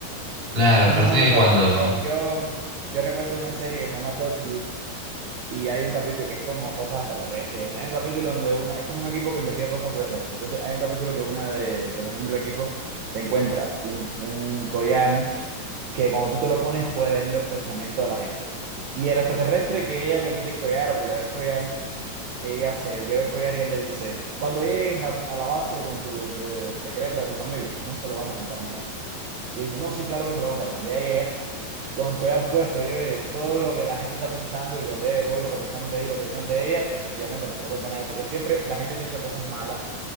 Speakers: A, on the right (about 20°); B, on the right (about 85°).
A: Claro, aparte
B: Es mejor
A: que
B: no saber.
A: cuando...
B: Yo, yo, yo recuerdo una serie que se llama Torchwood y hay un capítulo que es como cosas extraterrestres. y eso. Hay un capítulo donde una, es como un equipo que investiga cosas extraterrestres. Entonces hay un capítulo que una de, de los miembros del equipo se encuentra un, un collar que cuando tú te lo pones puedes leer los pensamientos de la gente. Y el extraterrestre que ella le quite el collar o que le dé el collar, ella se lleva el collar y él le dice, cuando llegues a, a la base con tu de- secreta de tus amigos, no se lo vas a contar a nadie. Y ella dice, no, sí, claro que se lo voy a contar. Y cuando ella llega, con el collar puesto, y oye, todo lo que la gente está pensando y cuando ella llegó y lo que pensaron de ella y lo que dijeron de ella, efectivamente no se lo cuenta a nadie, porque siempre la gente piensa cosas malas,